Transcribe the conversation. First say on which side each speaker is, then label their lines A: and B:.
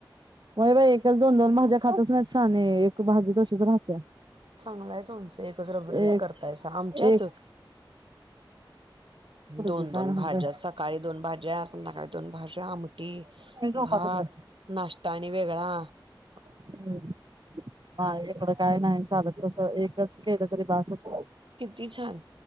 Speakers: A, on the right; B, on the right.
A: व्हय बाई एकच दोन दोन भाज्या खातच नाहीत शाहने एक भाजी तशीच ऱ्हात्या.
B: चांगलाय तूमचं एकच रबरबीत
A: एक
B: करतायसा, आमच्यातं
A: एक पोरगी
B: दोन दोन
A: काय म्हणत्या
B: भाज्या सकाळी दोन भाज्या संध्याकाळी दोन भाज्या आमटी
A: झोपा
B: भात
A: तिकडं
B: नास्टा आणि वेगळा.
A: हम्म, हा इकडं काय नाही चालत तस एकच केलं तरी बास होतं.
B: किती छान,